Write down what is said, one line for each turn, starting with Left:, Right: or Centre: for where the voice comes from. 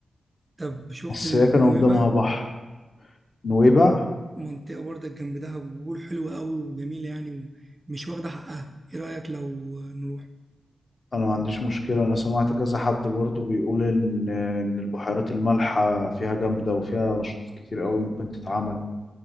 Right: طب شفت
Left: بس
Right: ن-
Left: هي كان
Right: نويبع
Left: قدامها بحر نويبع
Right: منطقه برضك جنب دهب وبيقول حلوه قوي وجميله يعني ومش واخده حقها ايه رايك لو نروح
Left: انا ما عنديش مشكلة انا سمعت كذا حد برضو بيقول ان ان البحيرات المالحة فيها جامدة وفيها نشاطات كتير قوي ممكن تتعمل